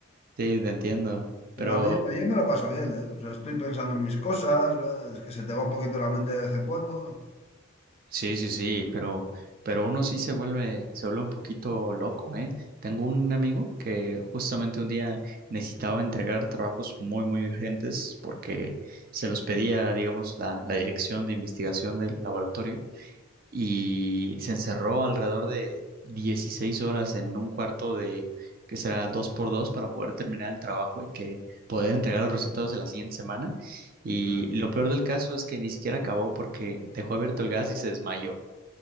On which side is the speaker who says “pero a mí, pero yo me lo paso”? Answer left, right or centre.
Left